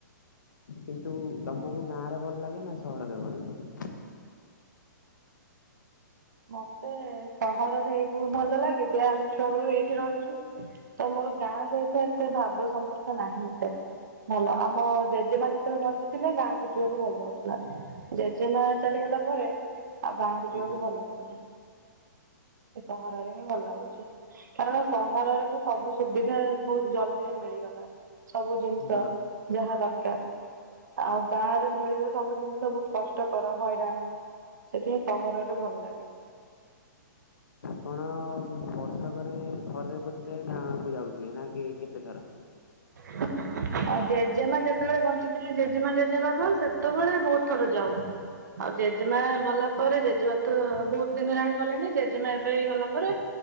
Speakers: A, on the left (about 75°); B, on the right (about 65°).
A: କିନ୍ତୁ ତମକୁ ଗାଁରେ ଭଲ ଲାଗେ ନା ସହରରେ ଭଲ ଲାଗେ?
B: <inaudible> ମତେ ସହରରେ ଏଇବୁ ଭଲ ଲାଗେ ଯେ ଆମେ ଛୁଆ ବେଳୁ ଏଇଠି ରହିଛୁ ତ ଆମର ଗାଁ ସହିତ ଏତେ ଭାବ ସମ୍ପର୍କ ନାହିଁ ଏତେ। ଭଲ ଆମ ଜେଜେମା ଯେତେବେଳେ ବଞ୍ଚିଥିଲେ ଗାଁକୁ ଯିବାକୁ ଭଲ ନଉଥିଲା ଜେଜେମା ଚାଲି ଗଲା ପରେ ଆଉ ଗାଁକୁ ଯିବାକୁ
A: ଆଜ୍ଞା
B: ଭଲ ଲାଗୁନି ସହରରେ ହିଁ ଭଲ ଲାଗୁଛି। କାରଣ ସହରରେ ତ ସବୁ ସୁବିଧା ବହୁତ ଜଲଦି ରେ ମିଳିଗଲା। ସବୁ ଜିନିଷ
A: ହଁ
B: ଯାହା ଦରକାର ଆଉ ଗାଁରେ ମିଳିବ ସବୁ ଜିନିଷ ବହୁତ କଷ୍ଟକର ହଇରାଣ ସେଥିପାଇଁ ସହରରେ ଭଲ ଲାଗେ।
A: ଆପଣ ବର୍ଷକରେ ଥରେ ବୋଧେ ଗାଁକୁ ଯାଉଥିବେ ନା କି କେତେ ଥର?
B: <inaudible> ହଉ ଜେଜେମା ଯେତେବେଳେ ବଞ୍ଚିଥିଲେ ଜେଜେମା ଜେଜେମା ତ ସେତେବେଳେ ବହୁଉତ ଥର ଯାଉ। ଆଉ ଜେଜେମା ଗଲା ପରେ ଜେଜେମା ତ ବହୁତ ଦିନ ହେଲାଣି ଗଲେଣି ଜେଜେମା ଏବେ ହେଇ ଗଲା ପରେ